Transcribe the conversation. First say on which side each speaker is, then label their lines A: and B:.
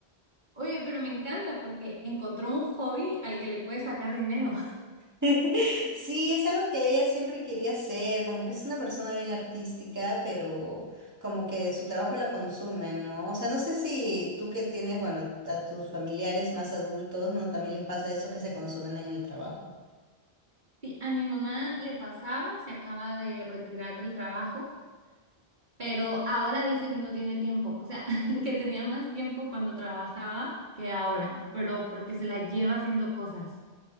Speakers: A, on the right (about 45°); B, on the right (about 15°).
A: Oye, pero me encanta porque encontró un hobby al que le puede sacar dinero.
B: <laughs> Sí, es algo que ella siempre quería hacer, como que es una persona bien artística, pero como que su trabajo la consume, ¿no? O sea, no sé si tú que tienes, bueno, a tus familiares más adultos, ¿no? También les pasa eso que se consumen en el trabajo.
A: Sí, a mi mamá le pasaba, se acaba de retirar del trabajo, pero ahora dice que no tiene tiempo, o sea, <laughs> que tenía más tiempo cuando trabajaba que ahora, pero porque se la lleva haciendo cosas.